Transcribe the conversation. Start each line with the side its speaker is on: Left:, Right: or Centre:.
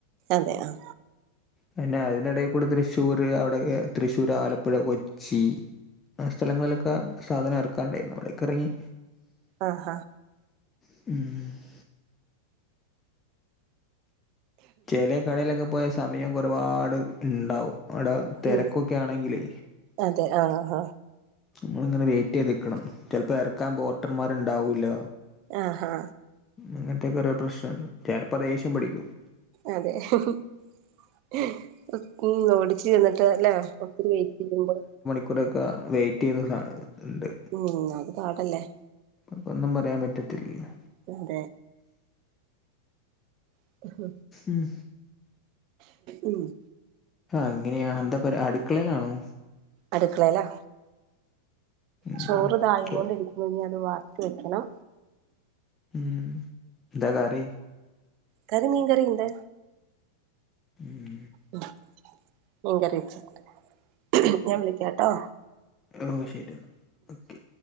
Right: അതെയോ
Left: പിന്നെ അയ്ന്റെടേക്കൂടെ തൃശ്ശൂര് അവിടൊക്കെ തൃശ്ശൂർ, ആലപ്പുഴ, കൊച്ചി ആ സ്ഥലങ്ങളിലൊക് ക്ക സാധനം എറക്കാണ്ടേര്ന്നു അവടൊക്കെറങ്ങി
Right: ആഹാ
Left: ഉം ചെലേ കടയിലൊക്കെ പോയാ സമയം ഒരുപാട് ണ്ടാവും അവടെ തെരക്കൊക്കാണെങ്കിലേ
Right: ഉം അതെ ആ ആ
Left: നമ്മളിങ്ങനെ വെയ്റ്റെയ്ത്ക്കണം ചെലപ്പോ എറക്കാൻ ബോട്ടർമാര്ണ്ടാവൂല്ല
Right: ആഹാ
Left: അങ്ങൻത്തെക്കോരോ പ്രശ്നണ്ട് ചെലപ്പോ ദേശ്യം പിഠിക്കും
Right: അതെ ഉം ഉ ഓടിച്ച് ചെന്നിട്ട് ല്ലേ ഒത്തിരി വെയ്റ്റെയ്യുമ്പോ
Left: ക്കൂടൊക്ക വെയ്റ്റെയ്ത് കാ ണ്ട്
Right: ഉം അത് പാടല്ലേ
Left: അപ്പൊന്നും പറയാൻ പറ്റത്തില്ലല്ലോ
Right: അതെ <unintelligible>
Left: ഉം
Right: ഉം <inaudible>
Left: ആഹ് അങ്ങനെയാണ് എന്താ പ അടുക്കളയിലാണോ
Right: അടുക്കളയിലാ
Left: ഉം
Right: ചോറുതായികൊണ്ടിരിക്കുന്നു
Left: ചോ
Right: അത് വാർത്ത് വെക്കണം
Left: ഉം എന്താ കറി
Right: കറി മീൻ കറിണ്ട്
Left: ഉം
Right: ഉം മീൻ കറി വെച്ചിട്ടുണ്ട് ഞാൻ വിളിക്കാട്ടോ
Left: ഓ ശരി എന്നാൽ ഓക്കെ